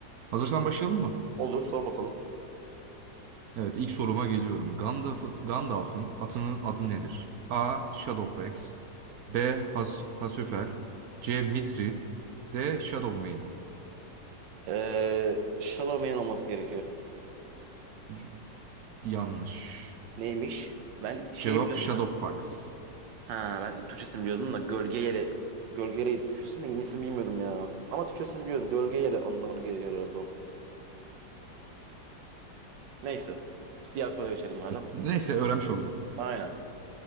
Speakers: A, on the right; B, on the right.
A: Hazırsan başlayalım mı?
B: Olur sor bakalım.
A: Evet, ilk soruma geliyorum. Gandalf- Gandalf'ın atının adı nedir? A. Shadowfax B. Has Hasüfel C. Mithril D. Shadowmane
B: Ee, Chalamet'in olması gerekiyor.
A: Y- Yanlış.
B: Neymiş? Ben şeyi
A: Cevap
B: biliyorum
A: Shadowfax.
B: da. Ha ben Türkçesini biliyordum da Gölge Yele. Gölge Yele'ydi Türkçesini. İngilizcesini bilmiyordum ya. Ama Türkçesini biliyorum. Gölge Yele anlamına geliyor herhalde o. Neyse. Diğer soruya geçelim madem.
A: Neyse öğrenmiş oldum.
B: Aynen.